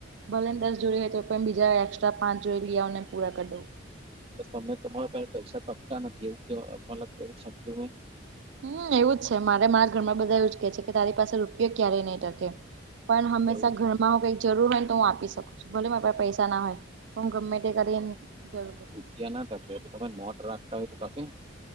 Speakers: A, on the right; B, on the right.
A: ભલે ને દસ જોડી હોય તો પન બીજા એક્સ્ટ્રા પાંચ જોઇ લી આવું ને પૂરા કરી દેવ.
B: બસ તમે તમારા પાહે પૈસા તપતા નથી એવું કે મત કેવું સમજુ હું?
A: હું એવું જ છે મારે મારા ઘરમાં બધા એવું જ કે છે કે તારી પાસે રૂપિયો ક્યારેય નઇ ટકે. પણ હંમેશા
B: એવું છે
A: ઘરમાં હું કઈક જરૂર હોય ને તો હું આપી શકું છું ભલે મા પૈસા ના હોય. હું ગમ્મે તે કરીને કરૂ.
B: પિયા નાં ટકે તો તમે નોટ રાખતા હોય તો ટકે?